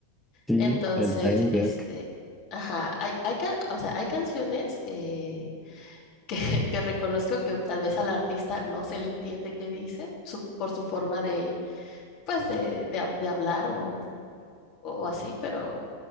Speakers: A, in the centre; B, on the left (about 40°).
A: Sí,
B: Entonces,
A: el Tiny Desk.
B: este, ajá, hay, hay, can- o sea, hay canciones eh, que, <laughs> que reconozco que tal vez al artista no se le entiende qué dice su- por su forma de, pues, de, de hab- de hablar o, o así, pero...